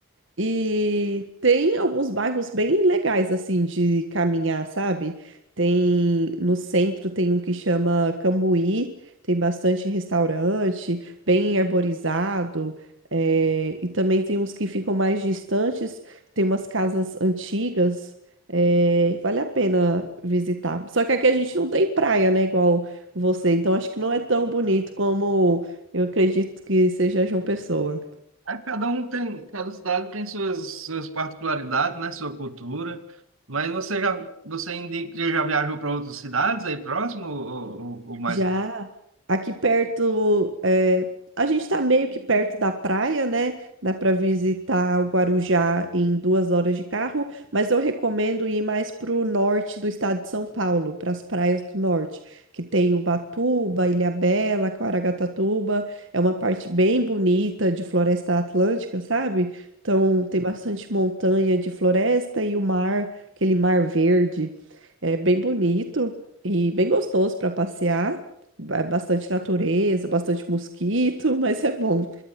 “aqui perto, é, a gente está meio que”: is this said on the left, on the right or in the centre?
Right